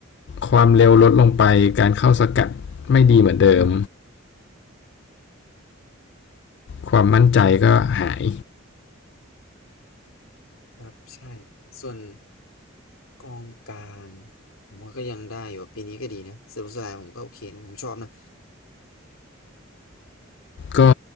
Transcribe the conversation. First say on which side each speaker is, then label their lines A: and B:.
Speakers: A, on the left (about 55°); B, on the left (about 85°).
A: ความเร็วลดลงไปการเข้าสกัดไม่ดีเหมือนเดิมความมั่นใจก็หาย
B: ครับใช่ส่วนกองกลางผมว่าก็ยังได้อยู่ปีนี้ก็ดีนะเซบูสไลผมก็โอเคนะผมชอบนะ
A: ก็